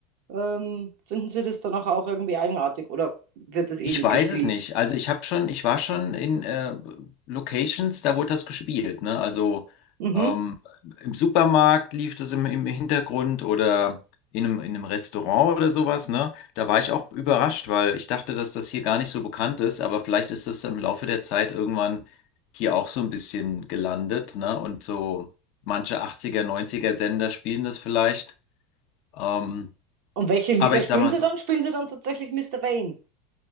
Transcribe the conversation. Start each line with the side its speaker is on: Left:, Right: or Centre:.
Right: ähm, finden sie das dann auch, auch irgendwie eigenartig oder wird das eh
Left: Ich
Right: nie
Left: weiß
Right: gespielt?
Left: es nicht. Also ich habe schon, ich war schon in äh, Locations, da wurde das gespielt, ne? Also
Right: Mhm.
Left: ähm, im Supermarkt lief das im, im Hintergrund oder in einem, in einem Restaurant oder sowas, ne? Da war ich auch überrascht, weil ich dachte, dass das hier gar nicht so bekannt ist, aber vielleicht ist das im Laufe der Zeit irgendwann hier auch so ein bisschen gelandet, ne? Und so manche 80er, 90er Sender spielen das vielleicht. Ähm,
Right: Und welche Lieder
Left: aber ich
Right: spielen
Left: sag mal
Right: sie
Left: so.
Right: dann? Spielen sie dann tatsächlich Mister Wayne?